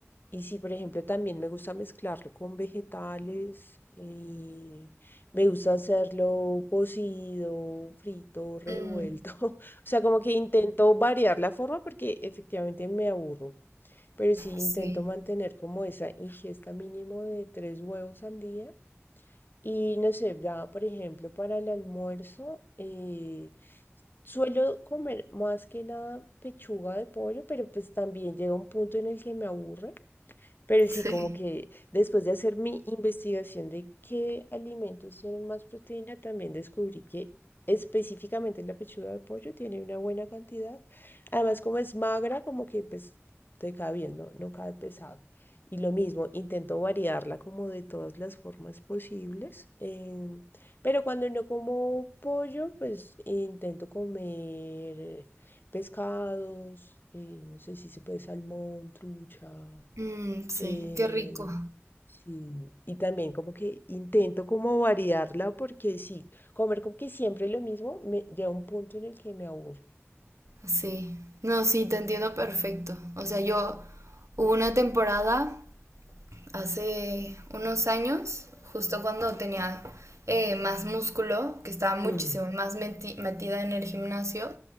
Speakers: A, on the left; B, on the right.
A: Y si por ejemplo también me gusta mezclarlo con vegetales y me gusta hacerlo cocido, frito, revuelto,
B: Mm,
A: <laughs> o sea, como que intento variar la forma porque efectivamente me aburro pero sí intento
B: sí,
A: mantener como esa ingesta mínimo de tres huevos al día. Y no sé, ya por ejemplo para el almuerzo, eh, suelo comer más que nada pechuga de pollo, pero pues también llega un punto en el que me aburre. Pero sí,
B: Sí.
A: como que después de hacer mi investigación de qué alimentos tienen más proteína, también descubrí que específicamente la pechuga de pollo tiene una buena cantidad. Además, como es magra, como que pues te cae bien, no, no cae pesado. Y lo mismo, intento variarla como de todas las formas posibles. em, pero cuando no como pollo, pues intento comer eh, pescados, eh, no sé si se puede salmón, trucha,
B: Mm, sí,
A: eh,
B: qué rico.
A: sí, y también como que intento como variarla porque sí, comer como que siempre lo mismo me llega un punto en el que me aburre.
B: Sí. No, sí, te entiendo perfecto. O sea, yo hubo una temporada hace unos años, justo cuando tenía eh, más músculo, que estaba muchísimo
A: Ujú,
B: más meti- metida en el gimnasio,